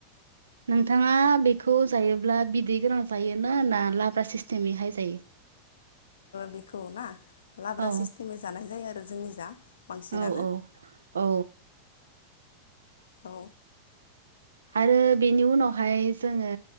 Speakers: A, on the right (about 70°); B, on the left (about 65°).
A: नोंथाङा बेखौ जायोब्ला बिदै गोनां जायोना ना लाब्रा सिस्टेमैहाय जायो
B: बेखौ ना लाब्रा
A: औ
B: सिस्टेमै जानाय जायो आरो जोंनि जा बांसिनानो
A: औ औ औ
B: औ
A: आरो बेनि उनावहाय जोङो